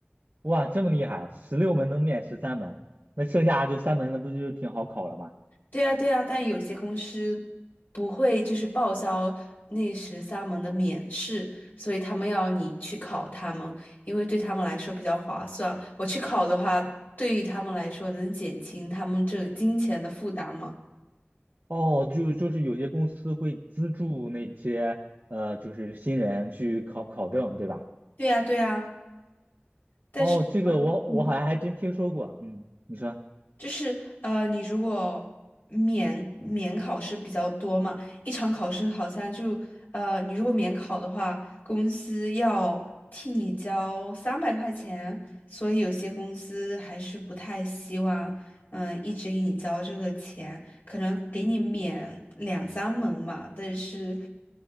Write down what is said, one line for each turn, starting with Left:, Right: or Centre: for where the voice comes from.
Right: 哇，这么厉害，十六门能免十三门，那剩下就三门，那不就挺好考了吗？
Left: 对呀，对呀，但有些公司不会就是报销那十三门的免试，所以他们要你去考他们，因为对他们来说比较划算。我去考的话，对于他们来说能减轻他们这个金钱的负担嘛。
Right: 哦，就就是有些公司会资助那些呃，就是新人去考考证，对吧？
Left: 对呀，对呀，但是。
Right: 哦，这个我我好像还真听说过，
Left: 嗯。
Right: 嗯，你说，
Left: 就是呃，你如果免免考试比较多嘛，一场考试好像就呃，你如果免考的话，公司要替你交三百块钱，所以有些公司还是不太希望嗯、呃一直给你交这个钱，可能给你免两三门嘛，但是